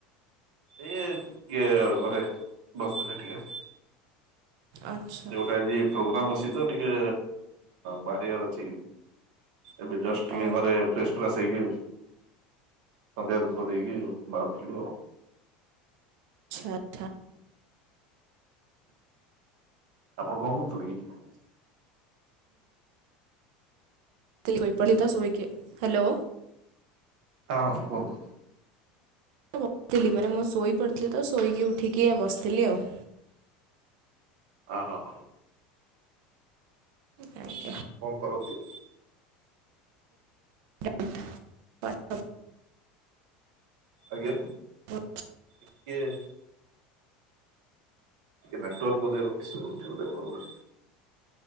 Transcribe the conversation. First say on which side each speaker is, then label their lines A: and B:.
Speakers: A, on the right; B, on the right.
A: ଇଏ ଇଏ ଘରେ ବସିଥିଲି ଟିକେ।
B: ଆଚ୍ଛା।
A: ଗୋଟେ ଆଜି ପ୍ରୋଗ୍ରାମ ଅଛି ତ ଟିକେ ବାହାରିବାର ଅଛି। ଏବେ ଜଷ୍ଟ ଟିକେ
B: ଓ
A: ଘରେ ଫ୍ରେସ ଫ୍ରାସ ହେଇକି। ସନ୍ଧ୍ୟା ଧୂପ ଦେଇକି ବାହାରୁଥିଲୁ ଆଉ।
B: ଆଛା।
A: ଆପଣ କଣ କରୁଛନ୍ତି?
B: <unintelligible> ହ୍ୟାଲୋ।
A: ହଁ କୁହନ୍ତୁ।
B: ବସିଥିଲି ମାନେ ମୁଁ ଶୋଇ ପଡ଼ିଥିଲି ତ ଶୋଇକି ଉଠିକି ବସିଥିଲି ଆଉ।
A: ଓ ହ ହ।
B: ଆଜ୍ଞା
A: କଣ କରନ୍ତୀ।
B: <unintelligible>
A: ଆଜ୍ଞା।
B: <inaudible>
A: କିଏ? ନେଟୱର୍କ ବୋଧେ ଇସୁ ରହିଛି ବୋଧେ।